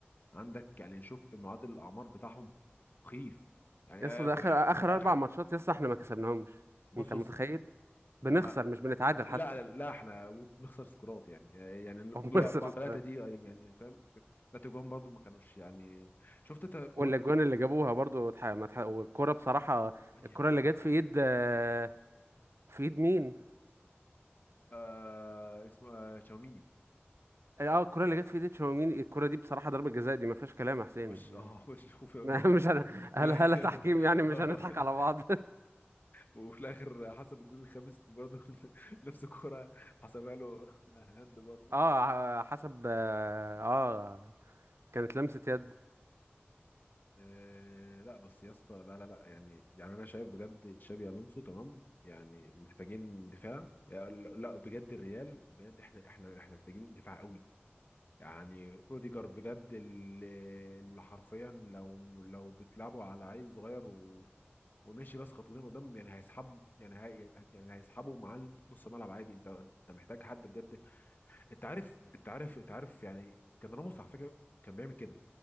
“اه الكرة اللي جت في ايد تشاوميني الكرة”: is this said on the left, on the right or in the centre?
Right